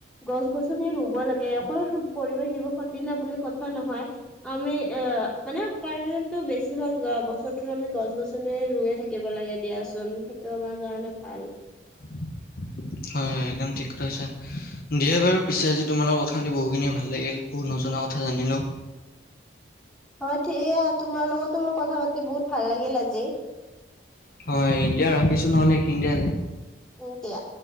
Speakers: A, in the centre; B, on the left.
A: গছ -গছনি ৰুব লাগে, অকল পৰিৱেশ দিৱসৰ দিনা বুলি কথা নহয়। আমি অ, মানে পাৰিলেটো বেছিভাগ যোৱা বছৰটোত আমি গছ-গছনি ৰুইয়ে থাকি দিব লাগে দিয়াচোন, সেইটো আমাৰ কাৰণে ভাল।
B: উ <unintelligible> হয়, হয়, একদম ঠিক কথা কৈছা, দিয়া বাৰু পিছে আজি তোমাৰ লগত কথা পাতি বহুখিনি ভাল লাগিল। বহু নজনা কথা জানিলোঁ।
A: হয়, ঠিয়া, তোমাৰ লগতো মোৰ কথা পাতি বহুত ভাল লাগিল আজি।
B: হয়, এতিয়া ৰাখিছোঁ, নহ'লে এইখিনি দিয়া আজি
A: উম, দিয়া।